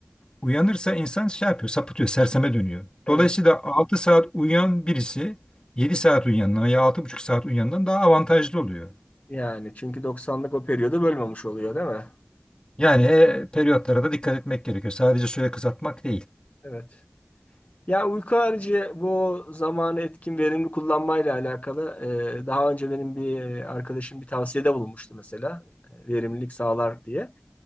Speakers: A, on the left; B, on the left.
A: Uyanırsa insan şey yapıyor, sapıtıyor, serseme dönüyor.
B: Evet.
A: Dolayısıyla 6 saat uyuyan birisi 7 saat uyuyandan ya altı buçuk saat uyuyandan daha avantajlı oluyor.
B: Yani çünkü doksanlık o periyodu bölmemiş oluyor değil mi?
A: Yani e, periyotlara da dikkat etmek gerekiyor. Sadece süre kısaltmak değil.
B: Evet. Ya uyku harici bu zamanı etkin verimli kullanmayla alakalı e, daha önce benim bir arkadaşım bir tavsiyede bulunmuştu mesela e, verimlilik sağlar diye.